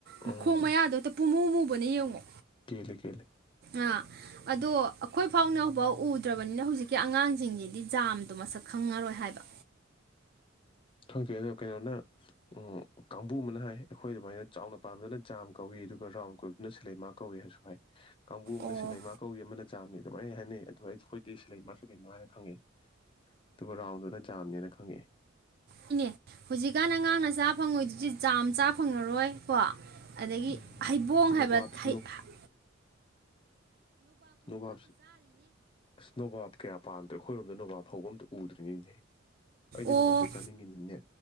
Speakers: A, on the right (about 50°); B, on the left (about 25°).
A: ꯃꯈꯣꯡ
B: ꯎꯝ
A: ꯃꯌꯥꯗꯣ ꯍꯛꯇ ꯄꯨꯨꯝꯃꯨ ꯃꯨꯕꯅꯦ ꯌꯦꯡꯉꯣ
B: ꯀꯦꯜꯂꯤ ꯀꯦꯜꯂꯤ
A: ꯑ ꯑꯗꯣ ꯑꯩꯈꯣꯏ ꯐꯥꯎꯅꯐꯥꯎ ꯎꯗ꯭ꯔꯕꯅꯤꯅ ꯍꯧꯖꯤꯛꯀꯤ ꯑꯉꯥꯡꯁꯤꯡꯁꯤꯗꯤ ꯖꯥꯝꯗꯣ ꯃꯁꯛ ꯈꯪꯉꯔꯣꯏ ꯍꯣꯏ ꯍꯥꯏꯕ
B: <inaudible> ꯈꯪꯖꯩ ꯑꯗꯣ ꯀꯩꯅꯣꯅ ꯎꯝ ꯀꯥꯡꯕꯨ ꯑꯃꯅ ꯍꯥꯏ ꯑꯩꯈꯣꯏ ꯑꯗꯨꯃꯥꯏꯅ ꯆꯥꯎꯅ ꯄꯥꯟꯕꯗꯨꯅ ꯖꯝ ꯀꯧꯏ ꯑꯗꯨꯒ ꯔꯥꯎꯟ ꯀꯣꯏꯕꯗꯨꯅ ꯁꯤꯂꯦꯃꯥ ꯀꯧꯋꯦ ꯍꯥꯏꯁꯨ ꯍꯥꯏ ꯀꯥꯡꯕꯨ ꯑꯃꯅ
A: ꯑꯣ
B: ꯁꯤꯂꯩꯃ ꯀꯧꯏ ꯑꯃꯅ ꯖꯥꯝꯅꯤ ꯑꯗꯨꯃꯥꯏꯅ ꯍꯥꯏꯅꯩ ꯑꯗꯣ ꯑꯩꯈꯣꯏꯗꯤ ꯁꯤꯂꯩꯃ ꯁꯤꯂꯩꯃ ꯍꯥꯏꯔ ꯈꯪꯉꯦ ꯑꯗꯨꯒ ꯔꯥꯎꯟꯗꯨꯅ ꯖꯝꯅꯦꯅ ꯈꯪꯉꯛꯑꯦ
A: ꯍꯣꯏꯅꯦ ꯍꯧꯖꯤꯛꯀꯥꯟ ꯑꯉꯥꯡꯅ ꯆꯥ ꯐꯪꯉꯣꯏꯗ꯭ꯔꯤꯁꯦ ꯖꯝ ꯆꯥ ꯐꯪꯉꯔꯣꯏ ꯀꯣ ꯑꯗꯒꯤ
B: ꯎꯝ
A: ꯍꯩꯕꯣꯡ ꯍꯥꯏꯕ
B: ꯅꯣꯕꯥꯞ
A: ꯊꯩ ꯍꯩ
B: ꯅꯣꯕꯥꯞꯁꯨ ꯑꯁ ꯅꯣꯕꯞ ꯀꯌꯥ ꯄꯥꯟꯕꯗꯦ ꯑꯩꯈꯣꯏꯔꯣ ꯑꯗꯣ ꯅꯣꯕꯞ ꯍꯧꯕꯝꯗꯣ ꯎꯗ꯭ꯔꯤꯅꯤꯍꯦ ꯑꯩꯗꯤ
A: ꯑꯣ
B: ꯅꯣꯕꯥꯞꯁꯦ ꯆꯥꯅꯤꯡꯉꯤꯅꯤꯅꯦ